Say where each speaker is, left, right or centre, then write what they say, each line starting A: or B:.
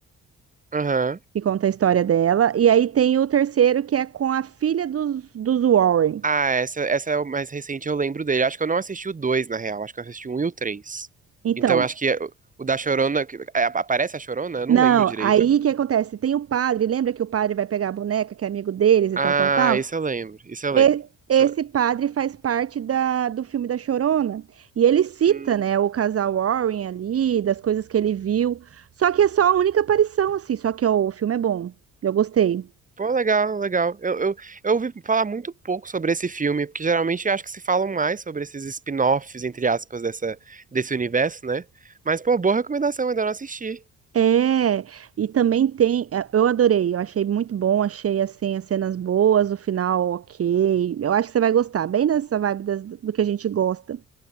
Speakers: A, on the right; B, on the right.
A: Aham.
B: Que conta a história dela. E aí tem o terceiro, que é com a filha dos, dos Warren.
A: Ah, essa, essa é o mais recente, eu lembro dele. Acho que eu não assisti o dois, na real. Acho que eu assisti o um e o três.
B: Então,
A: Então, acho que é- o da Chorona. que- é, Aparece a Chorona? Eu não
B: Não,
A: lembro direito.
B: aí o que acontece? Tem o padre, lembra que o padre vai pegar a boneca, que é amigo deles e
A: Ah,
B: tal, tal, tal?
A: isso eu lembro. Isso eu lembro.
B: E-
A: Isso
B: esse
A: eu lembro.
B: padre faz parte da, do filme da Chorona. E ele cita,
A: Hum.
B: né, o casal Warren ali, das coisas que ele viu. Só que é só a única aparição, assim. Só que, ó, o filme é bom. Eu gostei.
A: Pô, legal, legal. Eu, eu, eu ouvi falar muito pouco sobre esse filme, porque geralmente eu acho que se falam mais sobre esses spin-offs, entre aspas, dessa, desse universo, né? Mas, pô, boa recomendação, ainda não assisti.
B: É, e também tem. é, Eu adorei, eu achei muito bom, achei assim as cenas boas, o final ok. Eu acho que você vai gostar, bem nessa vibe das- do que a gente gosta.